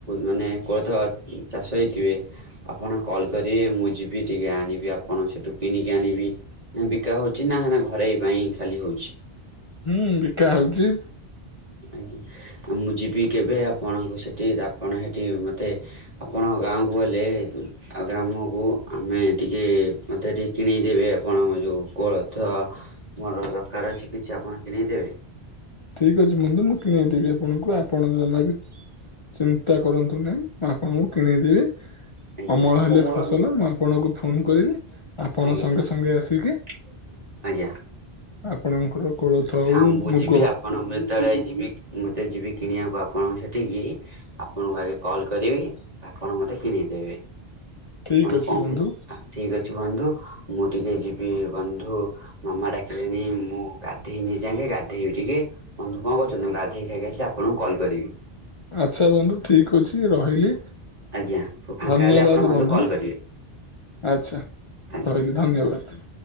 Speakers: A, on the right (about 40°); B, on the left (about 35°).
A: ମାନେ କୋଳଥ ଚାଷ ହେଇଥିବେ। ଆପଣ କଲ୍ କରିବେ ମୁଁ ଯିବି ଟିକେ ଆଣିବି ଆପଣ ସେଠୁ କିଣିକି ଆଣିବି। ବିକା ହୋଉଚି ନା ଘରୋଇ ପାଇଁ ଖାଲି ହୋଉ?
B: ହୁଁ ବିକା ହୋଉଚି।
A: ଆଜ୍ଞ। ମୁଁ ଯିବି କେବେ ଆପଣଙ୍କୁ ସେଠି ଆପଣ ସେଠି ମତେ ଆପଣଙ୍କ ଗାଁକୁ ଗଲେ ହେ ଧର୍ମକୁ ଆମେ ଟିକେ ମତେ ଟିକେ କିଣେଇ ଦେେବେ ଆପଣ ଯେଉ କୋଳଥ। ମୋର ଦରକାର ଅଛି କିଛି ଆପଣ କିଣେଇଦେବେ?
B: ଠିକ୍ ଅଛି ବନ୍ଧୁ ମୁଁ କିଣେଇଦେବି ଆପଣଙ୍କୁ ଆପଣ ଜମା ବି ଚିନ୍ତା କରନ୍ତୁ ନେହିଁ ମୁଁ ଆପଣଙ୍କୁ କିଣେଇଦେବି।
A: <inaudible>
B: ଅମଳ ହେଲେ ଫସଲ
A: ଆଜ୍ଞା
B: ମୁଁ ଆପଣଙ୍କୁ ଫୋନ୍ କରିବି ଆପଣ
A: ଆଜ୍ଞା।
B: ସଙ୍ଗେ ସଙ୍ଗେ ଆସିକି
A: ଆଜ୍ଞା।
B: ଆପଣଙ୍କର କୋଳଥ
A: ମୁଁ ସାମ୍
B: ହଉ ମୁଗ୍
A: ମୁଁ ଯେତେବେଳେ ଯିବି କିଣିବାକୁ ଆପଣଙ୍କ ସେଠିକି ଆପଣଙ୍କୁ ଆଗେ କଲ କରିବି ଆପଣ ମତେ କିଣଦେବେ।
B: ଠିକ୍
A: ଆପଣ
B: ଅଛି
A: କଣ
B: ବନ୍ଧୁ
A: କରହୁଛ? ଠିକ ଅଛି ବନ୍ଧୁ ମୁଁ ଟିକେ ଯିବି ବନ୍ଧୁ ମାମା ଡାକିଲେଣି ମୁଁ ଗା ଗାଧେଇ ନେଇ ଏଇଯାକେ ଗାଧେଇବି ଟିକେ ବନ୍ଧୁ କଣକହୁଛନ୍ତି ମୁଁ ଗାଧେଇ ଖାଇକି ଆସିି ଆପଣଙ୍କୁ କଲ୍ କରିବି।
B: ଆଚ୍ଛା ବନ୍ଧୁ ଠିକ୍ ଅଛି ମୁଁ ରହିଲି।
A: ଆଜ୍ଞା ଫାଙ୍କା
B: ଧନ୍ୟବାଦେ
A: ହେଲେ ଆପଣ
B: ବନ୍ଧୁ
A: କଲ୍ କରିବେ
B: ଆଚ୍ଛା
A: ଆଜ୍ଞା।
B: ରହିଲି। ଧନ୍ୟବାଦେ।